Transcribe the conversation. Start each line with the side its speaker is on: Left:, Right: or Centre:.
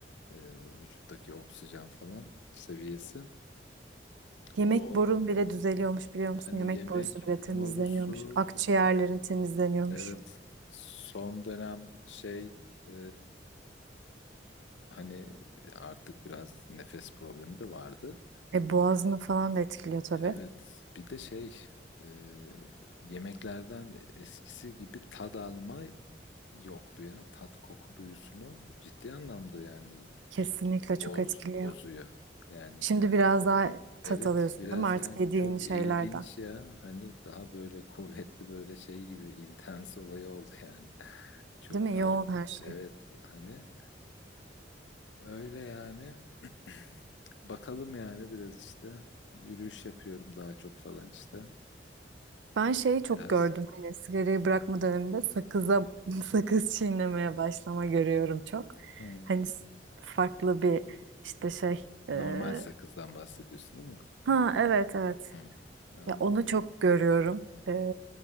Left: Ee, vücuttaki oksijen falan seviyesi.
Right: Yemek
Left: O.
Right: borun bile düzeliyormuş biliyor
Left: Yani
Right: musun? Yemek
Left: yemek
Right: borusu bile temizleniyormuş.
Left: morusu
Right: Akciğerlerin
Left: hani
Right: temizleniyormuş.
Left: evet son dönem şey e, hani artık biraz nefes problemi de vardı.
Right: E boğazını falan da etkiliyor tabii.
Left: Evet bir de şey e, yemeklerden eskisi gibi tad alma yoktu ya. Tat koku duyusunu ciddi anlamda yani
Right: Kesinlikle çok
Left: boz
Right: etkiliyor.
Left: bozuyor. Yani
Right: Şimdi biraz daha tat
Left: Evet
Right: alıyorsun
Left: biraz
Right: değil mi? Artık
Left: yani
Right: yediğin
Left: çok
Right: şeylerden.
Left: ilginç ya hani daha böyle <laughs> kuvvetli böyle şey gibi intens olayı oldu yani <laughs> çok
Right: Değil mi?
Left: daha
Right: Yoğun her şey.
Left: evet hani öyle yani <clears throat> bakalım yani biraz işte yürüyüş yapıyorum daha çok falan işte
Right: Ben şeyi çok
Left: biraz
Right: gördüm hani sigarayı bırakma döneminde sakıza <laughs> sakız çiğnemeye başlama görüyorum çok.
Left: Hı.
Right: Hani s- farklı bir işte şey e,
Left: normal sakızdan bahsediyorsun değil mi?
Right: ha evet evet
Left: Hı. Anladım
Right: ya onu çok görüyorum. E,